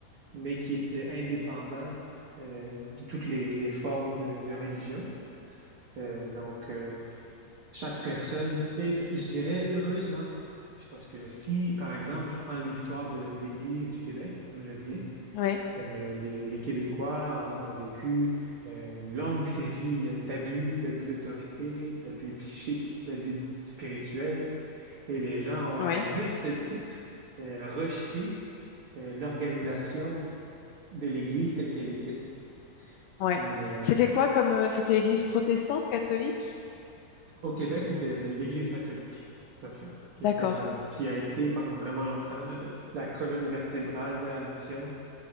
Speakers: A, on the right; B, on the left.
A: mais qui est euh, indépendant euh, de toutes les, les formes de, de religion. Euh, donc, euh, chaque personne est, je dirais, heureusement, parce que si, par exemple, je prends l'histoire de l'Église du Québec, d'où je viens,
B: Oui,
A: euh, les, les Québécois ont, ont vécu euh, une longue série euh, d'abus, d'abus d'autorité, d'abus psychiques, d'abus spirituels, et les gens ont
B: oui,
A: à juste titre euh, rejeté euh, l'organisation de l'Église telle qu'elle était.
B: oui.
A: Mais
B: C'était quoi comme, euh, c'était Église protestante, catholique?
A: au Québec, c'était l'Église catholique, tout à fait, qui
B: D'accord.
A: était là, qui a été pendant vraiment longtemps là, le- la colonne vertébrale de la nation.